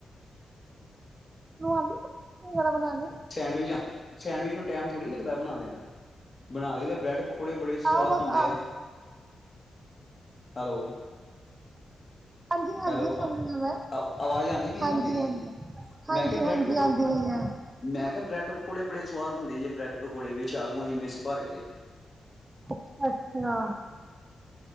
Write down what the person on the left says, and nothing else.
ਸੈਂਡਵਿਜ-ਸੈਂਡਵਿਜ ਨੂੰ ਟਾਈਮ ਥੋੜੀ ਲੱਗਦੈ ਬਨਾਦਿਆਂ, ਬਨਾ ਲਈਦੈ, ਬ੍ਰੈਡ ਪਕ ਪਕੋੋੜੇ ਬੜੇ ਸਵਾਦ
ਬਨੰਦੇ
ਆ, ਹੈਲੋ!
ਹੈਲੋ,
ਅ ਆਵਾਜ਼ ਆਂਦੀ ਪਈ ਏ
ਨਾ ਮੇਰੀ?
ਮੈਂ ਕੇਆ, ਬ੍ਰੈਡ
ਪਕੋ
ਮੈਂ ਕੇਆ, ਬ੍ਰੈੱਡ ਪਕੌੜੇ ਬੜੇ ਸਵਾਦ ਬਨਦੇ ਜੇ, ਬ੍ਰੈਡ ਪਕੌੜੇ ਵਿੱਚ ਆਲੂਆਂ ਦੀ ਮਿਸ ਭਰ ਕੇ।